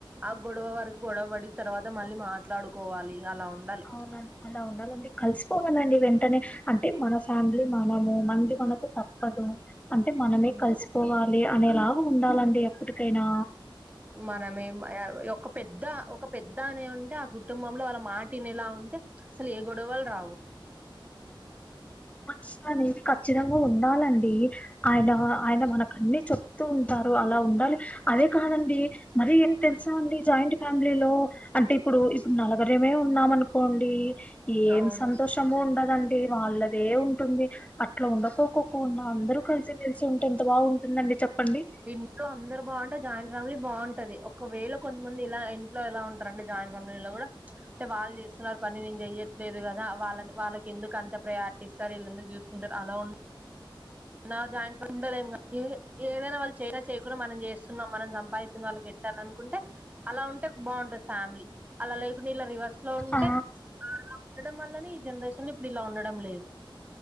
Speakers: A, on the right; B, on the left.
A: ఆ గొడవ వరకు గొడవ పడి తర్వాత మళ్ళీ మాట్లాడుకోవాలి అలా ఉండాలి
B: అవున <unintelligible> ఉండాల కలిసిపోవాలండి వెంటనే అంటే మన ఫ్యామిలీ మనము మంది మనకు తప్పదు అంటే మనమే
A: ఉమ్
B: కలిసికోవాలి అనేలాగా ఉండాలండి ఎప్పటికైనా
A: మనమే ఒక పెద్ద ఒక పెద్ద అనే ఉంటే ఆ కుటుంబంలో వాళ్ళ మాట వినేలా ఉంటే అసలు ఏ గొడవలు రావు
B: మస్ అనేది ఖచ్చితంగా ఉండాలండి <unintelligible> ఆయన ఆయన మనకన్నీ చెప్తూ ఉంటారు అలా ఉండాలి అదే కాదండి మరి ఏం తెలుసా అండి జాయింట్ ఫ్యామిలీలో అంటే ఇప్పుడు ఇప్పుడు నలుగురమే ఉన్నాం అనుకోండి ఏం
A: అవును
B: సంతోషము ఉండదండి వాళ్ళదే ఉంటుంది అట్లా ఉండకోక కుండా అందరూ కలిసి మెలిసి ఉంటే ఎంత బాగుంటుందండి చెప్పండి
A: ఇంట్లో అందరు బాగుంటే జాయింట్ ఫ్యామిలీ బాగుంటది ఒకవేళ కొంతమంది ఇలా ఇంట్లో ఇలా ఉంట రెండు జాయింట్ ఫ్యామిలీ లో కూడా అంటే వాళ్ళు చేస్తున్నారు పని నేను చెయట్లేదు కదా వాళ్ళని వాళ్ళకి ఎందుకు అంత ప్రయారిటీ ఇస్తారు వీళ్లని చూసుకుంటారు అలా ఉ నా జాయింట్ <unintelligible> ఏదైనా వాళ్ళు చేయ చేయకుండా మనం చేస్తున్నాం మనం సంపాదించిన వాళ్ళ అనుకుంటే అలా ఉంటే బాగుంటది ఫ్యామిలీ అలా లేకుండా ఇలా రివర్స్ అట్లా ఉంటే
B: ఆ
A: అలా ఉండడం వల్లనే ఈ జనరేషన్ ఇప్పుడు ఇలా ఉండడం లేదు